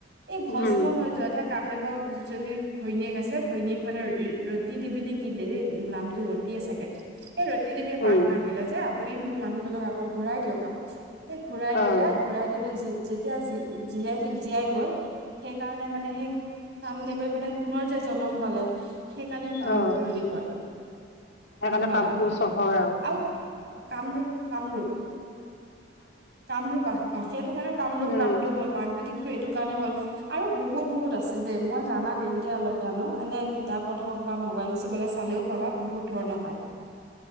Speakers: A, on the right; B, on the left.
A: এই ভস্ম
B: উম,
A: হৈ যোৱাতে কামদেৱৰ যিজনী ঘৈণীয়েক আছিলে ঘৈণীয়েক মানে ৰুতি দিবি নে কি দেৱী নাম ৰুতিয়ে চাগে সেই ৰুতি দেৱীয়ে প্ৰাৰ্থনা
B: উম,
A: কৰিলে যে আপুনি মোৰ মানুহ মানুহজনক আকৌ ঘূৰাই দিয়ক আৰু সেই ঘূৰাই দিলে
B: অ',
A: ঘূৰাই দিওঁতে যেতিয়া যি জীয়াই থাকি জীয়াই গ'ল সেইকাৰণে মানে সেই কামদেৱে মানে পুনৰ যে জন্ম পালে সেইকাৰণেও কামৰূপ
B: অ',
A: বুলি কয়,
B: সেইকাৰণে
A: গম পালা
B: কামপুৰ চহৰ
A: আৰু কামৰূপ কামৰূপ কামৰূপ আ অ সেইটো কাৰণেও কামৰূপ
B: উম,
A: নামটো হ'ল কাৰণ যদি এইটো কাৰণে হ'ল আৰু বহুত বহুত আছে যে মই জানাত এইকেইটাই অলপ জানো এনে কিতাপত হওঁক বা মোবাইলে চোবাইলে চালেও পাবা বহুত ধৰণৰ পায়।